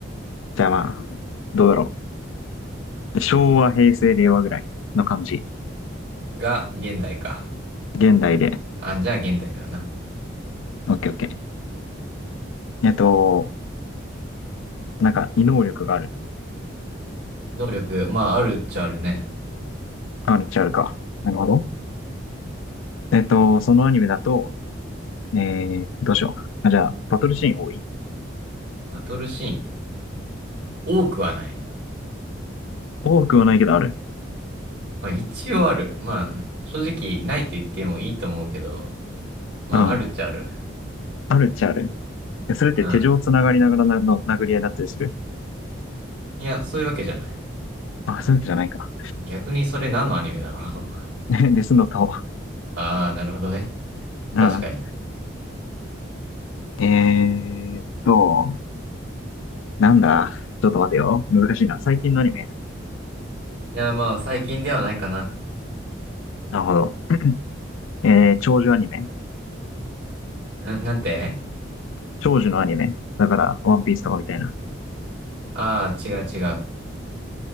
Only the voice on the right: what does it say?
が現代か。
あ、じゃあ現代だな。
能力、まああるっちゃあるね。
バトルシーン。多くはない。
まあ一応ある。まあ正直ないと言ってもいいと思うけど、まああるっちゃある。
うん。いや、そういうわけじゃない。
逆にそれ何のアニメだろう。
<laughs> ああ、なるほどね。
確かに。い
や、まあ最近ではないかな。
ん、なんて
ああー、違う違う。